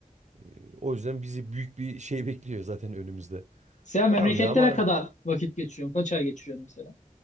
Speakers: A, on the right; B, on the left.
A: E, o yüzden bizi büyük bir şey <laughs> bekliyor zaten önümüzde.
B: Sen
A: Bakalım
B: memleketlere
A: ya ama
B: kadar vakit geçiriyorsun. Kaç ay geçiriyorsun mesela?